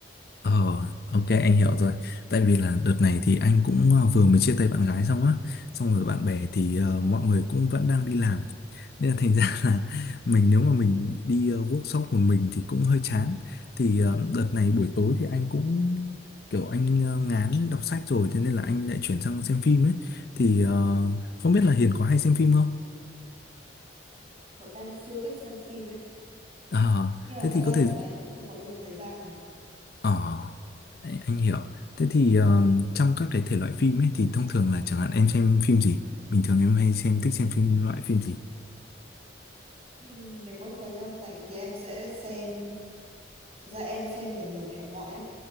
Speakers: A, on the left; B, on the right.
A: Ờ, ok anh hiểu rồi. Tại vì là đợt này thì anh cũng à, vừa mới chia tay bạn gái xong á, xong rồi bạn bè thì ờ,
B: Ồ,
A: mọi người cũng vẫn đang đi làm. Nên là thành ra <laughs> là mình nếu mà mình đi ờ, workshop một mình thì cũng hơi chán. Thì ờ, đợt này buổi tối thì anh cũng kiểu anh ờ, ngán đọc sách rồi, thế nên là anh lại chuyển sang xem phim ấy. Thì ờ, không biết
B: ừ.
A: là Hiền có hay xem phim không?
B: Cậu em siêu thích xem phim ấy.
A: Ờ,
B: Nhưng
A: thế
B: mà thật
A: thì
B: ra
A: có thể
B: đợt này cũng không có nhiều thời gian lắm.
A: Ờ, anh, anh hiểu. Thế thì ờm, trong các cái thể loại phim ấy thì thông thường là chẳng hạn em xem phim gì? Bình thường em hay xem thích xem phim loại phim gì?
B: Ừ, Nếu có thời gian rảnh thì em sẽ xem, thật ra em xem được nhiều thể loại lắm.